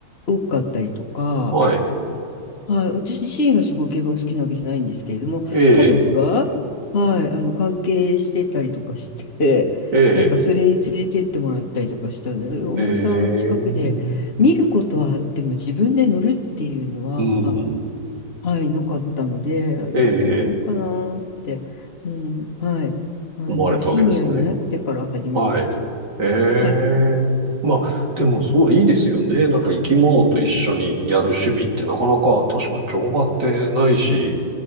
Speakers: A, on the left; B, on the right.
A: 多かったりとか、
B: はい。
A: はい、私自身がすごい競馬が好きなわけじゃないんですけれども、
B: ええ、
A: 家族が、はい、あの関係してたりとかして、<laughs>
B: え
A: なんかそれに連れてってもらったりとかしたので、お馬さん近くで見ることはあっても自分で乗るっていうのは、
B: え、ええ、うん。
A: はい、なかったので、
B: ええ、
A: やってみようかなって、
B: ええ
A: うん、はい、あの、
B: 思われたわけですね。
A: シニアになってから始めました。
B: はい。ええ。
A: はい、
B: まあ、でも、そう、いいですよね。なんか、生き物と一緒にやる趣味ってなかなか、確かに乗馬ってないし、